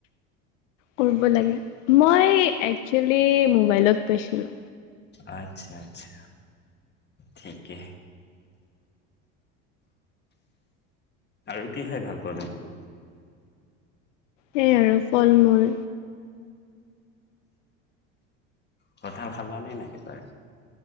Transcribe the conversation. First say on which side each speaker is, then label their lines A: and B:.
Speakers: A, on the left (about 80°); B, on the left (about 30°).
A: কৰিব লাগে। মই এক্সুৱেলি মোবাইলত পাইছিলো।
B: আচ্ছা-আচ্ছা, ঠিকে। আৰু কি খাই ভাল পোৱা তুমি?
A: সেই আৰু ফল-মূল।
B: কঁঠাল খালা নে নাই এইবাৰ?